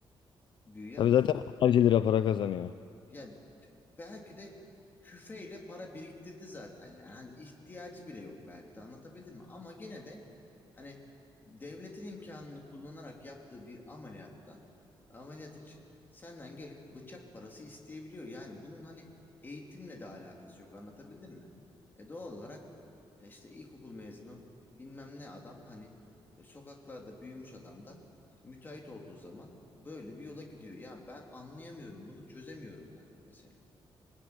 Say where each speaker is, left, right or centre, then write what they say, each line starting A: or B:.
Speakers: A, on the left (about 20°); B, on the left (about 60°).
A: güya
B: Tabii zaten onlarca lira para kazanıyor.
A: Yani d- belki de küfeyle para biriktirdi zaten yani. Hani ihtiyacı bile yok belki de anlatabildim mi? Ama gene de hani devletin imkanını kullanarak yaptığı bir ameliyatta ameliyat için senden gelip bıçak parası isteyebiliyor. Yani bunun hani eğitimle de alakası yok anlatabildim mi? E doğal olarak e, işte ilkokul mezunu bilmem ne adam hani e, sokaklarda büyümüş adam da müteahhit olduğu zaman Böyle bir yola gidiyor. Ya ben anlayamıyorum bunu çözemiyorum da mesela.